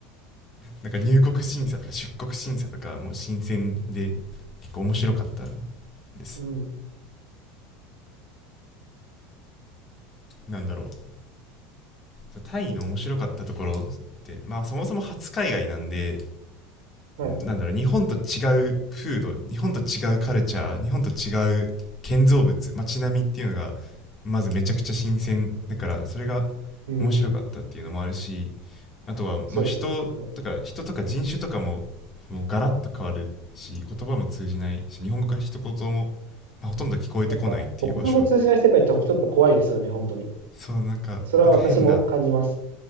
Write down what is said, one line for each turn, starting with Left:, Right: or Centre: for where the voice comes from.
Left: なんか入国審査とか出国審査とかもう新鮮で結構面白かったです
Right: うん。
Left: なんだろうタイの面白かったところってまあそもそも初海外なんで
Right: はい。
Left: なんだろう日本と違う風土日本と違うカルチャー日本と違う建造物街並みっていうのがまずめちゃくちゃ新鮮だからそれが
Right: うん、
Left: 面白かったっていうのもあるし
Right: うん。
Left: あとはまあ人とか人とか人種とかももうガラッと変わるし言葉も通じないし日本語が一言も、
Right: そうですね。はい。
Left: まあ、ほとんど聞こえてこないっていう場所
Right: やっぱ、母国語通じない世界ってちょっと怖いですよね、本当に。
Left: そうなんかなんか変な
Right: それは私も感じます。